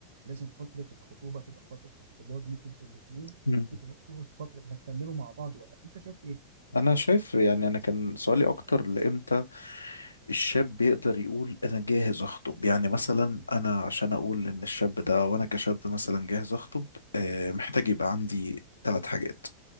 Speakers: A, on the right; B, on the left.
A: لازم فتره الخطوبه تبقى فتره اختبار ليكوا انتوا الاثنين
B: مم.
A: شوفوا شوفوا الفتره دي هتكملوا مع بعض ولا لأ. انت شايف ايه؟
B: انا شايف يعني انا كان سؤالي اكتر لامتى الشاب بيقدر يقول انا جاهز اخطب يعني مثلا انا عشان اقول ان الشاب ده وانا كشاب مثلا جاهز اخطب آه، محتاج يبقى عندي ثلاث حاجات